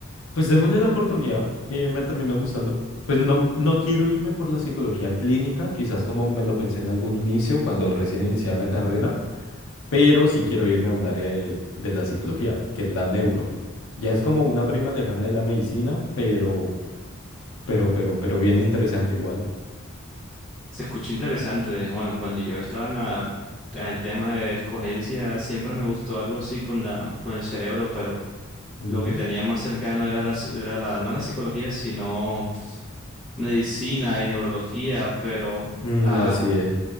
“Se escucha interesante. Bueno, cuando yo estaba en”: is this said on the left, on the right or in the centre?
Centre